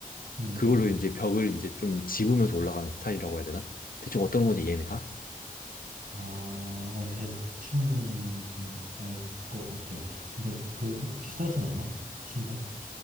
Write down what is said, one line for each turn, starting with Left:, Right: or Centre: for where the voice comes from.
Right: 음,
Left: 그걸로
Right: 음.
Left: 이제 벽을 이제 좀 집으면서 올라가는 스타일이라고 해야 되나? 대충 어떤 건지 이해는 가?
Right: 아, 어, 대충은 좀 알 것 같아. 근데 그거 비싸진 않아? 신발?